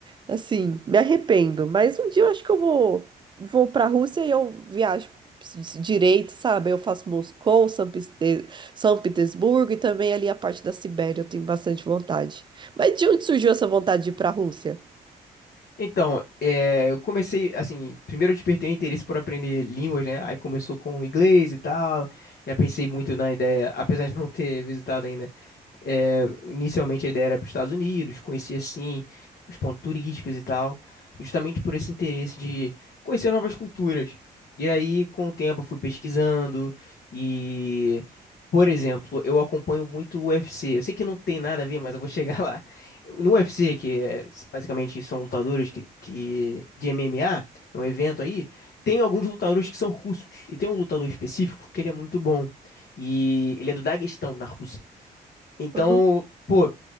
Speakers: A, on the right; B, on the left.
A: Assim, me arrependo. Mas um dia eu acho que eu vou, vou pra Rússia e eu viajo direito, sabe? Eu faço Moscou, São Piste- São Petersburgo e também ali a parte da Sibéria, eu tenho bastante vontade. Mas de onde surgiu essa vontade de ir para a Rússia?
B: Então, é, eu comecei, assim, primeiro eu despertei o interesse por aprender línguas, né? Aí começou com o inglês e tal. Já pensei muito na ideia, apesar de não ter visitado ainda. É, inicialmente a ideia era para os Estados Unidos, conhecer assim os pontos turísticos e tal, justamente por esse interesse de conhecer novas culturas. E aí, com o tempo, eu fui pesquisando e, por exemplo, eu acompanho muito o UFC. Eu sei que não tem nada a ver, mas eu vou chegar <laughs> lá. Eu- No UFC, que é, basicamente são lutadores que, que- de MMA, é um evento aí, tem alguns lutadores que são russos. E tem um lutador específico que ele é muito bom. E ele é do Daguestão, na Rússia. Então,
A: Hum,
B: pô,
A: hum.